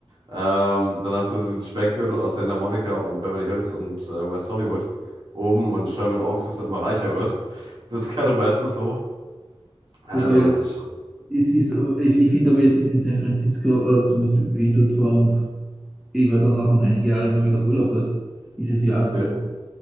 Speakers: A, on the right; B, in the centre.
A: Ähm, dann hast du diesen Speckgürtel aus Santa Monica und Beverly Hills und äh, West Hollywood oben und Sherman Oaks, was dann immer reicher wird, <laughs> bis Calabasas hoch. Also,
B: Wobei
A: das ist schon,
B: es ist, äh, ich, ich finde aber, es ist in San Francisco, äh, zumindest wie ich dort war und ich war dann auch noch einige Jahre immer wieder auf Urlaub dort, ist es ja auch so.
A: ja,